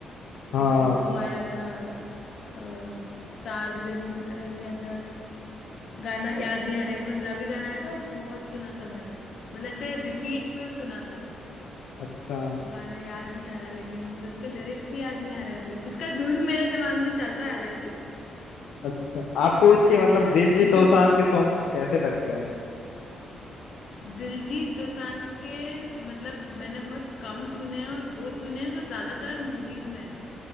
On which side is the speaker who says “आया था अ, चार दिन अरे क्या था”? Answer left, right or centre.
Left